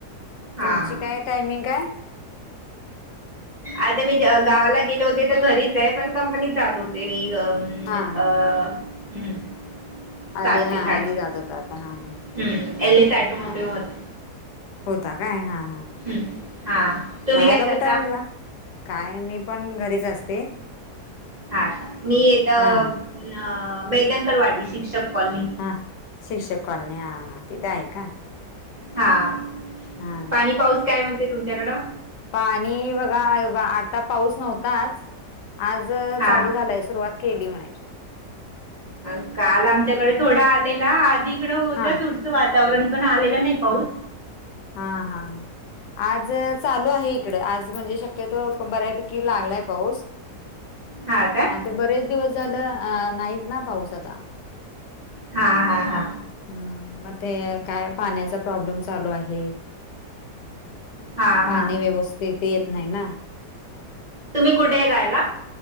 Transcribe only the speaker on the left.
तुमची काय टायमिंग आहे?
हा हा
हा
आधी
हा
आधी जात होता आता हा हा हा.
आणि
होता काय हा हा
राहायला
कुठेय म्हंटला? काय मी पण घरीच असते.
हा
हा शिक्षक कॉलनी हा हां तिथे आहे का?
हा
पाणी बघा आता पाऊस नव्हताच आज
चालू झालायं सुरुवात केली म्हणायची.
हा
हा हा हा आज चालू आहे इकडे आज म्हणजे शक्यतो बऱ्यापैकी लागलाय पाऊस <unintelligible>
आता बरेच दिवस झालं अ नाहीच ना पाऊस आता
हा मग ते काय पाण्याचा प्रॉब्लेम चालू आहे.
पाणी
व्यवस्थित येत नाही ना.